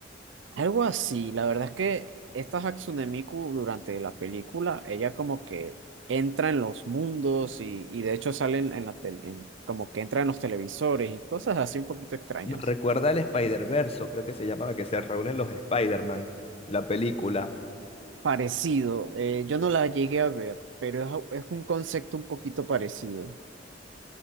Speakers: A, on the right (about 75°); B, on the left (about 30°).
A: Algo así, la verdad es que esta Hatsune Miku durante la película, ella como que entra en los mundos y, y de hecho sale en, en la tele, en- como que entra en los televisores y cosas así un poquito extrañas.
B: Me recuerda al Spider-Verse, creo que se llamaba, que se reúnen los Spider-Man, la película.
A: Parecido, eh, yo no la llegué a ver, pero es, es un concepto un poquito parecido.